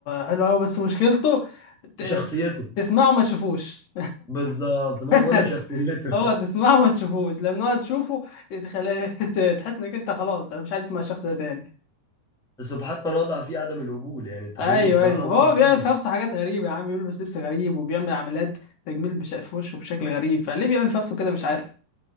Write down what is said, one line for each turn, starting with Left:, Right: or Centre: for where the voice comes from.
Left: حلو قوي بس مشكلته ت-
Centre: شخصيته
Left: تسمعه ما تشوفوش
Centre: بالظبط طب انا
Left: <laughs>
Centre: بقول لك شخصيته
Left: هو تسمعه ما تشوفوش لان هو تشوفه تخل... ت- تحس انك انت خلاص انا مش عايز اسمع الشخص ده تاني
Centre: <laughs> سبحان من وضع فيه عدم القبول يعني انت
Left: ايوه
Centre: فاهمني بصراحة
Left: ايوه هو
Centre: وحش جدا
Left: بيعمل في نفسه حاجات غريبه يا عم بيلبس لبس غريب وبيعمل عمليات تجميل بش... في وشه بشكل غريب فليه بيعمل في نفسه كده مش عارف